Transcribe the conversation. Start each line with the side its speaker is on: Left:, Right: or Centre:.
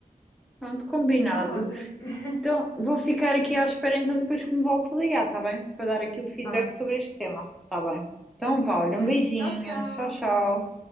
Centre: Pronto, combinado.
Left: está ótimo. <laughs>
Centre: Então, vou ficar aqui à espera então depois que me voltes a ligar, está bem? Para dar aqui o feedback
Left: Está bem.
Centre: sobre este tema, está bem? Então, vá,
Left: Sim,
Centre: olha,
Left: senhora.
Centre: um beijinho,
Left: Tchau, tchau.
Centre: tchau, tchau.